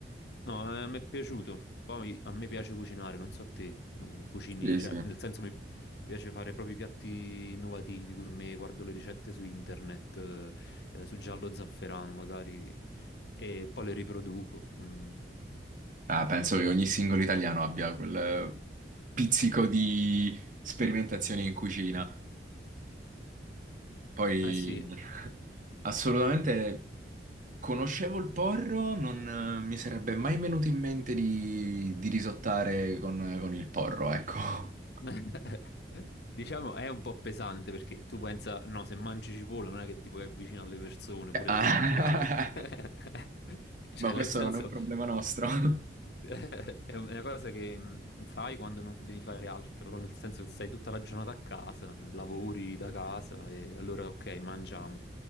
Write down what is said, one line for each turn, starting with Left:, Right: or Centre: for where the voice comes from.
Left: No, eh, mi è piaciuto. Poi a me piace cucinare, non so te, eh, cucini,
Right: Sì,
Left: cioè
Right: sì.
Left: nel senso mi, mi piace fare proprio piatti innovativi, gourmet, guardo le ricette su internet, eh, su giallo zafferano magari, e poi le riproduco. Mm.
Right: Ah, penso che ogni singolo italiano abbia quel pizzico di sperimentazione in cucina. Poi
Left: Eh sì,
Right: <laughs> assolutamente Conoscevo il porro, non eh, mi sarebbe mai venuto in mente di, di risottare con, con il porro, ecco. <laughs>
Left: <laughs> diciamo è un po' pesante perché tu pensa, no, se mangi cipolla non è che ti puoi avvicinare alle persone, pure
Right: Ah,
Left: se mangi l'aglio. <laughs>
Right: <laughs>
Left: Cioè,
Right: Ma questo
Left: nel senso...
Right: non è un problema nostro, <laughs>
Left: <laughs> È una cosa che mh, fai quando non devi fare altro, nel senso che stai tutta la giornata a casa, lavori da casa e allora ok, mangiamo,